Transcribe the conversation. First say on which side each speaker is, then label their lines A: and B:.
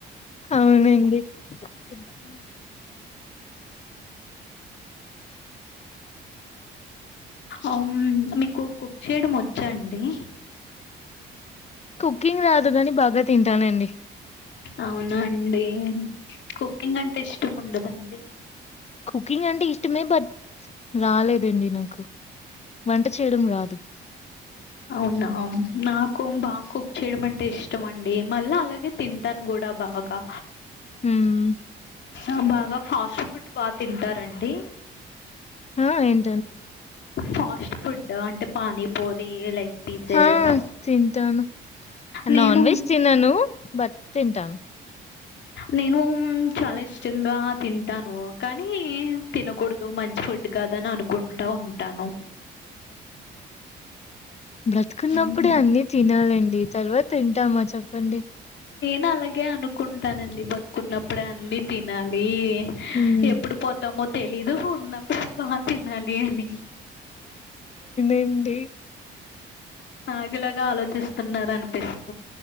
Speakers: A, on the left; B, on the left.
A: అవునండి <unintelligible>
B: అవును మీక్ కు కుక్ చేయడం వచ్చండి
A: కుకింగ్ రాదు కాని బాగా తింటానండి
B: అవునా అండి కుకింగ్ అంటే ఇష్టం ఉండదండి
A: కుకింగ్ అంటే ఇష్టమే బట్ రాలేదండి నాకు వంట చేయడం రాదు
B: అవునా నాకు బాగా కుక్ చేయడం అంటే ఇష్టం అండి మళ్ళీ అలాగే తింటాను కూడా బాగా
A: హుమ్
B: ఆ బాగా ఫాస్ట్ ఫుడ్ బాగా తింటారండి
A: ఆ ఎం
B: ఫస్ట్ ఫు ఫుడ్ అంటే పానీపూరి లెగ్ పీసెస్
A: ఆ తింటాను
B: నేను
A: నాన్ వెజ్ తినను బట్ తింటాను
B: నేను చాలా ఇష్టంగా తింటాను కానీ తినకూడదు మంచి ఫుడ్ కాదని అనుకుంటా ఉంటాను
A: బ్రతుకున్నప్పుడే
B: మ్మ్.
A: అన్ని తినాలండి తర్వాత తింటామా చెప్పండి
B: నాలాగే అను కుంటానండి బతుకున్నప్పుడే అన్ని తినాలి
A: హ్మ్
B: ఎప్పుడు పోతామో తెలీదు ఉన్నప్పుడు బా తినాలి అని
A: ఏంటి
B: నాగులాగా ఆలోచిస్తున్నారు అనిపిస్తుంది